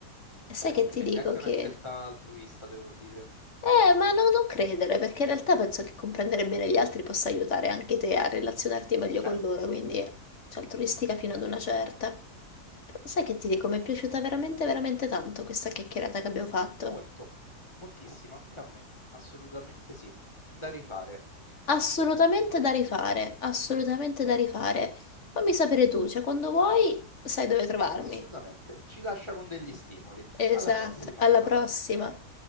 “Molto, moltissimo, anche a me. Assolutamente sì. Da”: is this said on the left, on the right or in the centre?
Left